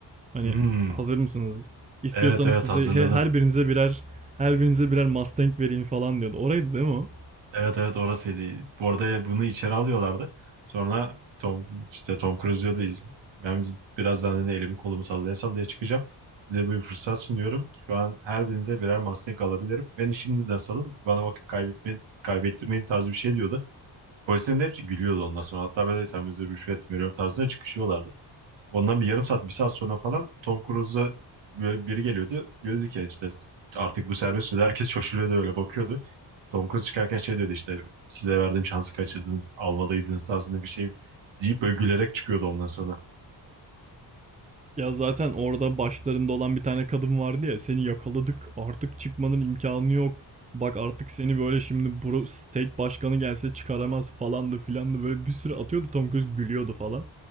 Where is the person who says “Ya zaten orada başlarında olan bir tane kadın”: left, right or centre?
Right